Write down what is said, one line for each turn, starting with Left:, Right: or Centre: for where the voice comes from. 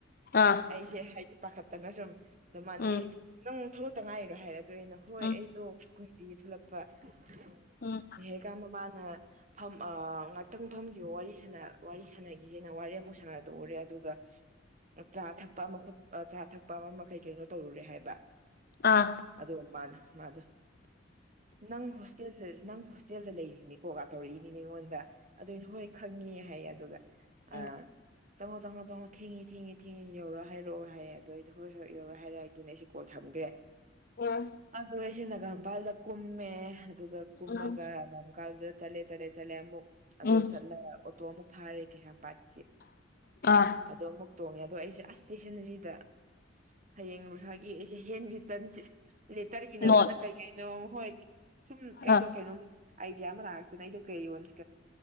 Left: ꯑꯥ
Right: ꯑꯩꯁꯦ ꯍꯥꯏꯗꯤ ꯄꯥꯈꯠꯇꯅ ꯁꯨꯝ ꯑꯗꯨ ꯃꯥꯟꯅꯑ
Left: ꯎꯝ
Right: ꯅꯪ ꯊꯣꯛꯂꯛꯇ ꯉꯥꯏꯔꯣ ꯍꯥꯏꯔꯗꯤ ꯑꯗꯨꯅ ꯍꯣꯏ
Left: ꯎꯝ
Right: ꯑꯩꯗꯣ ꯀꯨꯏꯗ ꯊꯣꯛꯂꯛꯄ ꯎꯝ
Left: ꯎꯝ
Right: ꯍꯦꯒꯃꯕ ꯅ ꯐ ꯑ ꯉꯥꯛꯇꯪ ꯐꯝꯈꯤꯕ ꯋꯥꯔꯤ ꯁ ꯋꯥꯔꯤ ꯁꯥꯟꯅꯈꯤꯁꯤꯅ ꯋꯥꯔꯤ ꯑꯃꯨꯛ ꯁꯥꯟꯅꯗꯎꯔꯦ ꯑꯗꯨꯒ ꯆꯥ ꯊꯛꯄ ꯑꯃꯠ ꯆꯥ ꯊꯛꯄ ꯑꯃ ꯃꯈꯩ ꯀꯩꯅꯣ ꯇꯧꯔꯨꯔꯦ ꯍꯥꯏꯕ
Left: ꯑꯥ
Right: ꯑꯗ ꯃꯥꯅꯦ ꯃꯥꯗ ꯅꯪ ꯍꯣꯁꯇꯦꯜꯗ ꯅꯪ ꯍꯣꯁꯇꯦꯜꯗ ꯂꯩꯔꯤꯅꯤ ꯀꯣꯀ ꯇꯧꯔꯛꯏꯅꯤꯅꯦ ꯑꯩꯉꯣꯟꯗ ꯑꯗꯨꯅ ꯍꯣꯏ ꯈꯪꯉꯤ ꯍꯥꯏꯌꯦ ꯑꯗꯨꯒ
Left: ꯎꯝ
Right: ꯑ ꯆꯪꯉꯣ ꯆꯪꯉꯣ ꯆꯪꯉꯣ ꯊꯤꯡꯉ ꯊꯉꯤ ꯊꯦꯡꯉꯤ ꯌꯧꯔꯣꯑꯣ ꯍꯥꯏꯔꯛꯑꯣ ꯍꯥꯏꯌꯦ ꯑꯗꯨꯗꯏꯗ ꯍꯣꯏ ꯍꯣꯏ ꯌꯧꯔ ꯍꯥꯏꯔꯑꯒꯅꯦ ꯑꯩ ꯀꯣꯜ ꯊꯝꯒꯦ
Left: ꯎꯝ
Right: ꯑꯗꯨ ꯁꯤꯅꯒꯥ ꯏꯝꯐꯥꯜꯗ ꯀꯨꯝꯃꯦ ꯑꯗꯨꯒ ꯀꯨꯝꯃꯒꯝꯀꯜꯗ
Left: ꯎꯝ
Right: ꯆꯠꯂꯦ ꯆꯠꯂꯦ ꯆꯠꯂꯦ ꯑꯃꯨꯛ ꯑꯗꯨꯒ
Left: ꯎꯝ
Right: ꯆꯠꯂ ꯑꯣꯇꯣ ꯑꯃꯨꯛ ꯐꯥꯔꯦ ꯀꯩꯁ ꯌꯥꯝ ꯄꯥꯠꯀꯦ
Left: ꯑ
Right: ꯑꯗꯣ ꯑꯃꯨꯛ ꯇꯣꯡꯉꯦ ꯑꯗꯣ ꯑꯩꯁꯦ ꯑꯁ ꯏꯁꯇꯦꯁꯅꯔꯤꯗ ꯍꯌꯦꯡꯂ ꯔꯨꯔꯁꯥꯒꯤ ꯑꯩꯁꯦ ꯍꯦꯟ ꯔꯤꯇꯟꯁꯦ ꯂꯦꯇꯔꯒꯤꯅꯕꯅ
Left: ꯅꯣꯠ
Right: ꯀꯩ ꯀꯩꯅꯣ ꯍꯣꯏ ꯁꯨꯝ ꯑꯩꯗꯣ
Left: ꯑꯥ
Right: ꯀꯩꯅꯣꯝ ꯑꯥꯏꯗꯤꯌꯥ ꯑꯃ ꯂꯥꯛꯑꯛꯇꯅ ꯑꯩꯗꯣ ꯀ ꯌꯣꯟꯁꯤ